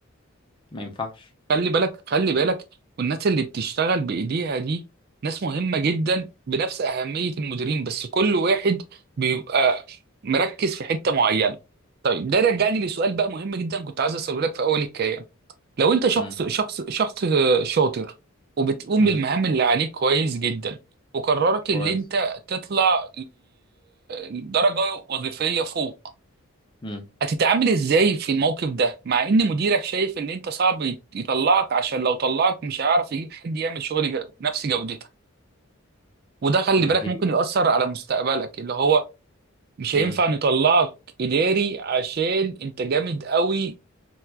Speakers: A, on the left (about 20°); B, on the right (about 45°).
A: ما ينفعش
B: خلي بالك خلي بالك والناس اللي بتشتغل بايديها دي ناس مهمة جدا بنفس أهمية المديرين بس كل واحد بيبقى مركز في حتة معينة طيب ده رجعني لسؤال بقى مهم جدا كنت عايز اساله لك في اول الكلام لو انت شخص
A: مم.
B: شخص شخص شاطر وبتقوم
A: مم.
B: بالمهام اللي عليك كويس جدا وقررت
A: كويس
B: ان انت تطلع لدرجة وظيفية فوق
A: مم.
B: هتتعامل ازاي في الموقف ده مع ان مديرك شايف ان انت صعب يت- يطلعك عشان لو طلعك مش هيعرف يجيب حد يعمل شغل ج- نفس جودتك وده خلي
A: ما
B: بالك
A: هي
B: ممكن يأثر على مستقبلك اللي هو مش هينفع
A: مم.
B: نطلعك إداري عشان انت جامد قوي